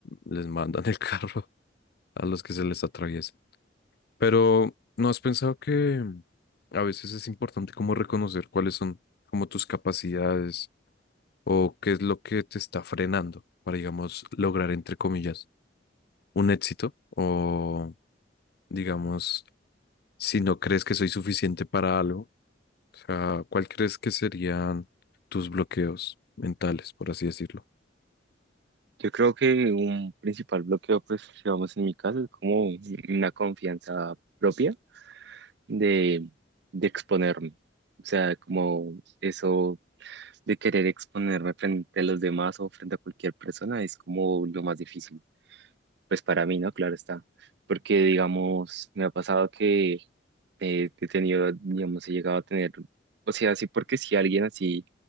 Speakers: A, on the left (about 55°); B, on the right (about 60°).
A: les mandan el carro <laughs> a los que se les atraviesa. Pero ¿no has pensado que a veces es importante como reconocer cuáles son como tus capacidades o qué es lo que te está frenando para, digamos, lograr, entre comillas, un éxito? O, digamos, si no crees que soy suficiente para algo, o sea, ¿cuál crees que serían tus bloqueos mentales, por así decirlo?
B: Yo creo que un principal bloqueo, pues, digamos en mi caso, es como una confianza propia de, de exponerme. O sea, como eso de querer exponerme frente a los demás o frente a cualquier persona es como lo más difícil. Pues para mí, ¿no? Claro está. Porque, digamos, me ha pasado que eh, he tenido, digamos, he llegado a tener, o sea, así porque si alguien así